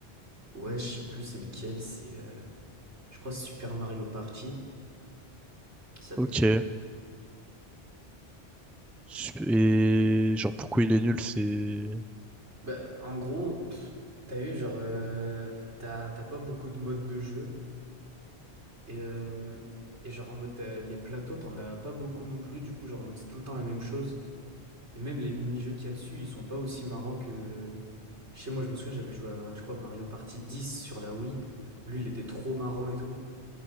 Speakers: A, on the right (about 85°); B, in the centre.
A: Ouais, je sais plus c'est lequel, c'est, euh, je crois Super Mario Party, qui s'appelle.
B: Ok. Sup- Et genre, pourquoi il est nul, c'est...
A: Bah, en gros, pff, t'as vu, genre, euh, t'as, t'as pas beaucoup de modes de jeu, et, euh, et genre en mode, t'as- les plateaux, t'en as pas beaucoup non plus, du coup, genre en mode, c'est tout le temps la même chose. Et même les mini-jeux qu'il y a dessus, ils sont pas aussi marrants que... Chez moi, je me souviens, j'avais joué à, je crois, Mario Party 10 sur la Wii. Lui, il était trop marrant et tout.